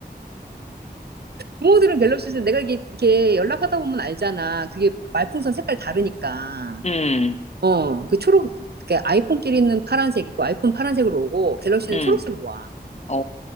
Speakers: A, on the right (about 70°); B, on the left (about 40°).
A: 구멍들은 갤럭시에서 내가 이게, 이게 연락하다 보면 알잖아. 그게 말풍선 색깔 다르니까.
B: 음,
A: 어, 그 초록, 그 아이폰끼리는 파란색이고, 아이폰 파란색으로 오고, 갤럭시는
B: 음,
A: 초록색으로 와.
B: 어,